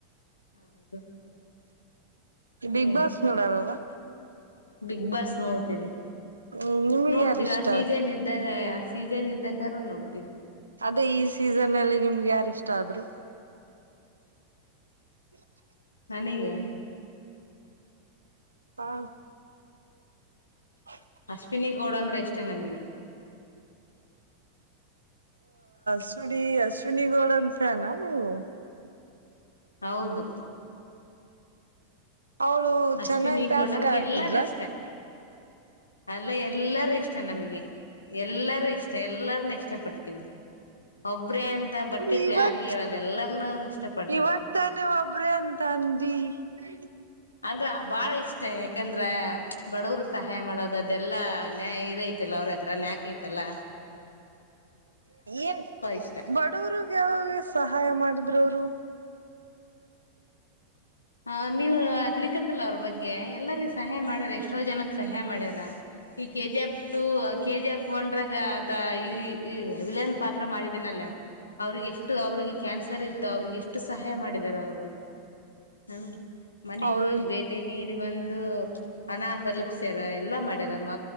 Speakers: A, on the left (about 80°); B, on the right (about 80°).
A: ಹೌದು
B: ಈ ಬಿಗ್
A: ಹೇಳಿ
B: ಬಾಸ್ ನೋಡಲ್ಲ್ವಾ
A: ಬಿಗ್ ಬಾಸ್ ನೋಡ್ತೀವಿ
B: ಹ್ಮ್ ನಿಮ್ಗೆ
A: ನೋಡ್ತೀವಿ
B: ಯಾರ ಇಷ್ಟ
A: ಸೀಜನ್ ಇದ್ದಾಗ ಸೀಜನ್ ಇದ್ದ ಕಾರ ನೋಡ್ತೀವಿ
B: ಅದೇ ಈ ಸೀಸನ್ ಅಲ್ಲಿ ನಿಮ್ಗೆ ಯಾರ ಇಷ್ಟ ಆದ್ರು ಹ
A: ನನಗೆ
B: ಹಾ ಹ
A: ಅಶ್ವಿನಿ ಗೌಡ ಅಂದ್ರೆ ಇಷ್ಟೇ ನಮಗೆ
B: ಸು ಸುನಿ ಗೋಡನ್ ಫನ್ ನೀವು
A: ಹೌದು
B: ಅವಳು
A: ಅಶ್ವಿನಿ
B: ಚೆನ್ನಾಗ್ ಟಾಸ್ಕ್
A: ಗೋಣಮಗೆ
B: ಆಡ್ತಿದ್ಲ
A: ಎಲ್ಲಾರೂ ಇಷ್ಟ ಅಲ್ಲ ಎಲ್ಲಾರೂ ಇಷ್ಟ ನಮಗೆ ಎಲ್ಲಾರೂ ಇಷ್ಟ ಎಲ್ಲರನು ಇ ಇಷ್ಟಪಡ್ತೀವಿ ಒಬ್ಬ ಅಂತ ಬಟ್ಟಿಟ್ಟು
B: ಇವಾಗ
A: ಯಾರಿಗ ಹೇಳಲ್ಲ ಇಷ್ಟ ಪಡ್ತೀವಿ
B: ಇವಾಗ ತಾನೆ ಒಬ್ರೇ ಅಂತ ಅಂದ ಹ್ಮ
A: ಅಂದ್ರ ಬಾಳ ಇಷ್ಟ ಯಾಕಂದ್ರ ಬಡವ್ರ ಸಹಾಯ ಮಾಡೋದದೆಲ್ಲಾ ನ ಇದಐತಿಲ್ಲ ಅವ್ರ ಹತ್ರ ಯಾಕ ತ್ತಲ್ಲ
B: ಏನ್
A: ಇಷ್ಟ
B: ಬಡವರಿಗೆ ಸಹಾಯ ಮಾಡಿದ್ರು ಅವರು
A: ಹ ನೀವ ತಿಳ್ಕೊಂಡಿಲ್ಲ ಅವ್ರ ಬಗ್ಗೆ ಎಲ್ಲರಿಗ ಸಹಾಯ ಮಾಡ್ಯಾರ ಎಷ್ಟೋ ಜನಕ್ ಸಹಾಯ ಮಾಡ್ಯಾರ ಈ K G F two K G F ಒನ್ಗ ಆತ ಈ ವಿಲನ್ ಪಾತ್ರ ಮಾಡಿದೇನಲ್ಲ ಅವ್ರಿಗೆ ಎಷ್ಟು ಅವ್ರಿಗೆ ಕ್ಯಾನ್ಸರ್ ಇತ್ತು ಅವ್ರಿಗೆ ಎಷ್ಟು ಸಹಾಯ ಮಾಡಿದಾರ ಅವರು ಹಣ ಮನೆಗ್
B: ಅವರು
A: ಹೋಗಿ ಭೇಟಿ ನೀಡಿ ಬಂದು ಹಣ ತಲುಪ್ಸ್ಯಾರ ಎಲ್ಲಾ ಮಾಡ್ಯಾರ ಮ